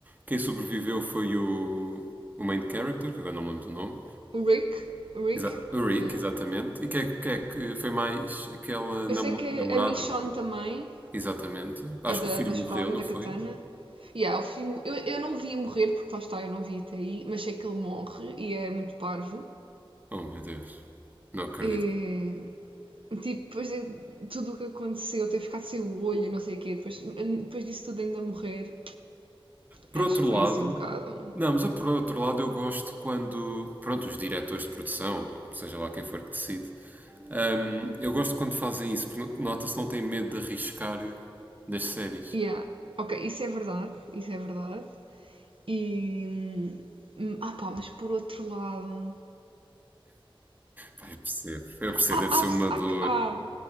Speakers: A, on the right; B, on the right.
A: quem sobreviveu foi o, o main character, que agora não me lembro do nome.
B: O Rick, o Rick,
A: Exa- o Rick,
B: yeah.
A: exatamente. E quem é, quem é que foi mais aquela
B: Eu
A: namo-
B: sei que
A: namorada,
B: a Michonne
A: não foi?
B: também,
A: Exatamente. Acho
B: a
A: que
B: da,
A: o filho
B: da espada,
A: morreu, não
B: da
A: foi?
B: katana. Yeah, o filme, eu, eu não vi morrer, porque lá está, eu não vi até aí, mas sei que ele morre e é muito parvo.
A: Oh, meu Deus. Não acredito.
B: E, tipo, depois de tudo o que aconteceu, ter ficado sem o olho e não sei o quê, depois, depois disso tudo ainda morrer,
A: Por
B: acho
A: outro
B: que foi
A: lado,
B: assim um bocado.
A: não, mas eu, por outro lado eu gosto quando, pronto, os diretores de produção, seja lá quem for que decide, hum, eu gosto quando fazem isso, porque nota-se que não têm medo de arriscar nas séries.
B: Yeah, ok, isso é verdade, isso é verdade. E. hum, hum, Ah pá, mas por outro lado.
A: Pá, eu percebo, eu percebo,
B: Há,
A: deve
B: há,
A: ser uma
B: há,
A: dor.
B: há-